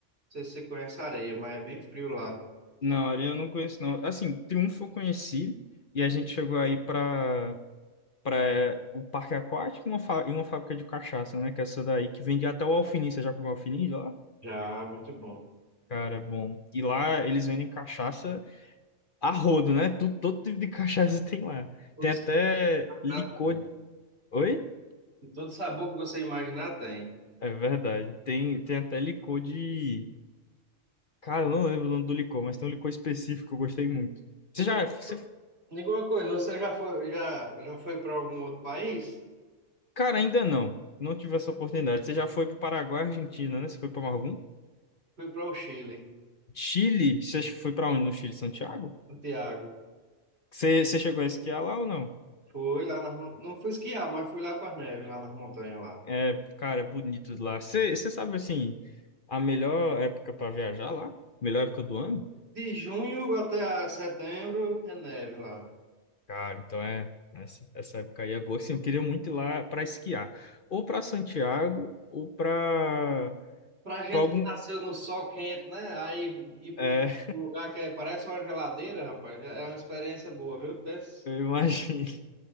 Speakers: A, on the right (about 55°); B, on the left (about 50°).
A: sei se você conhece a areia, mas é bem frio lá.
B: Não, ali eu não conheço, não. Assim, Triunfo eu conheci e a gente chegou aí pra, pra é, o parque aquático e uma, fá- e uma fábrica de cachaça, né? Que é essa daí que vende até o alfinim. Você já comeu alfinim de lá?
A: Já, muito bom.
B: Cara, é bom. E lá eles vendem cachaça a rodo, né? Tudo, todo tipo de <laughs> cachaça tem lá.
A: Todo
B: Tem até licor.
A: sabor,
B: Oi?
A: todo sabor que você imaginar tem.
B: É verdade. Tem, tem até licor de. Cara, eu não lembro o nome do licor, mas tem um licor específico que eu gostei muito. Você
A: Me
B: já,
A: di-
B: você
A: me diga uma coisa, você já foi, já, já foi para algum outro país?
B: Cara, ainda não. Não tive essa oportunidade. Você já foi para Paraguai, Argentina, né? Você foi para algum?
A: Fui para o Chile,
B: Chile? Você foi para onde? No Chile, Santiago?
A: Santiago.
B: Você, você chegou a esquiar lá ou não?
A: Fui lá nas, mon- não fui esquiar, mas fui lá para as neves, lá nas montanhas lá.
B: É, cara, é bonito lá. Você, você sabe, assim, a melhor época para viajar lá? Melhor época do ano?
A: De junho até a setembro é neve lá.
B: Cara, então é. Essa, essa época aí é boa. Assim, eu queria muito ir lá para esquiar. Ou para Santiago, ou para
A: Pra gente
B: algum.
A: que nasceu no sol quente, né? Aí ir
B: É,
A: pra um lugar que é- parece uma geladeira, rapaz, é uma experiência boa, viu? Pensa-
B: <laughs> eu imagino.